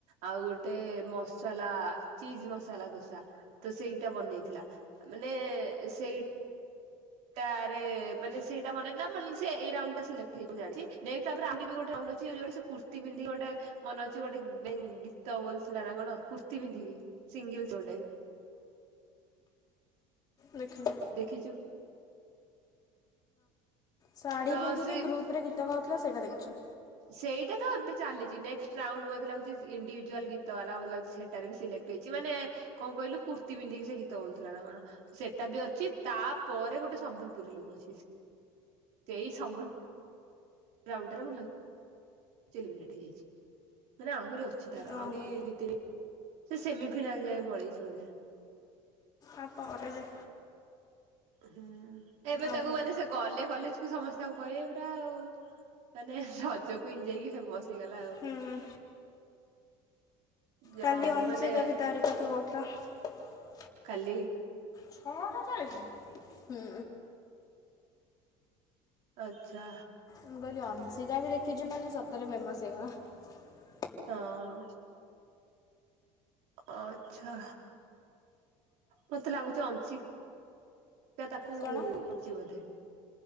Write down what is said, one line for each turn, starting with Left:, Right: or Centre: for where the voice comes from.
Right: ଆଉ ଗୋଟେ ମସଲା ଚିଜ ମସଲା ମସଲା ଦୋସା ତ ସେଇଟା ବନେଇଥିଲା ମାନେ ସେଇଟାରେ ମାନେ ସେଇଟା ବନେଇଥିଲା ମତ୍ଲବ୍ ସିଏ ଏଇ ରାଉଣ୍ଡ୍ ଟା ସିଲେକ୍ଟ ହେଇଯିବ ମୁଁ ଜାଣିଚି ନେକ୍ସଟ୍ ତାପରେ ଆମ୍ୱିବି ଗୋଟେ ରାଉଣ୍ଡ ଅଛି ଯୋଉଠି ସେ କୁର୍ତ୍ତି ପିନ୍ଧି କି ଗୋଟେ ମନେଅଛି ଗୋଟେ ବେଙ୍ଗଲୀ ଗୀତ ବୋଲୁଥିଲା ନା କଣ କୁର୍ତୀ ପିନ୍ଧିକି। ସିଙ୍ଗିଲ୍ ତୋଡେ
Left: ଦେଖିନି
Right: ଦେଖିଛୁ
Left: ଶାଢୀ
Right: ତ
Left: ପିନ୍ଧିକି
Right: ସେ
Left: ଗ୍ରୁପରେ ଗୀତ ଗାଉଥିଲା ସେଇଟା ଦେଖୁଛୁ।
Right: ସେଇଟା ତ ଏବେ ଚାଲିଛି ନକ୍ ରାଉଣ୍ଡେ ଲାଗୁଛି ଇଣ୍ଡିଭିଜୁଆଲ ଗୀତ ବାଲା ଲାଗୁଛି ସେଟାରେ ବି ସିଲେକ୍ଟ ହେଇଛି ମାନେ କଣ କହିଲୁ କୁର୍ତ୍ତିୀ ପିନ୍ଧିକି ସେ ଗୀତ ବୋଲୁଥିଲା ନା କଣ ସେଇଟା ବି ଅଛି ତାପରେ ଗୋଟେ ସମ୍ବଲପୁରୀ ଲୁକ୍ ଅଛି। ସେଇ ସବଲ ଗଉଣ୍ଡର ମ ଲ ହୋଇ ମାନେ ଆହୁରି ଅଛି ତାର
Left: ଓହୋ
Right: ଆହୁରି ଦନି ସେମି ଫାଇନାଲ ଯାଏ ପଳେଇଛି ବୋ
Left: ଆ ପରେ ଯେ
Right: ହୁଁ ଏବେ ତାକୁ
Left: ଓହୋ
Right: ମାନେ ସେ ଗଲେ କଲେଜ କୁ ସମସ୍ତ କହିବେ ପୁରା ଆଉ ମାନେ ରଜ କ ଯାଇକି ଫେମସ ହେଇଗଲା ଆଉ
Left: ହୁଁ।
Right: ଯାହା
Left: କାଲି
Right: ହଉ
Left: ଅଂଶ
Right: ମାନେ
Left: କ ବି ତାର କଥା ବହୁତ <unintelligible>
Right: କାଲି
Left: ସମଛ ହୁଁ
Right: ଆଛା
Left: ମୁଁ କହିଲି ଅଂସିକା ବି ଦେଖିଛି ମାନେ ସତରେ ଫେମସ ହେଇଗଲା।
Right: ହଁ ଆଛା ମତେ ଲାଗୁଛି ଅଂଶିକାିକା ତାକୁଛି
Left: କଣ?
Right: ବୋଧେ